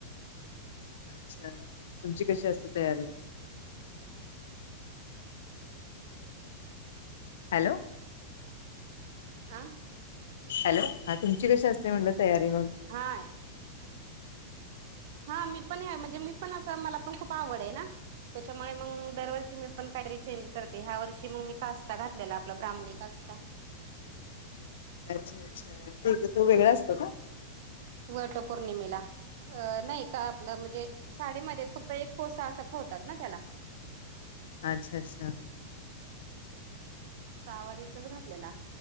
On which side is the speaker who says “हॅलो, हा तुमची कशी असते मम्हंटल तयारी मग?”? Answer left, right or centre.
Left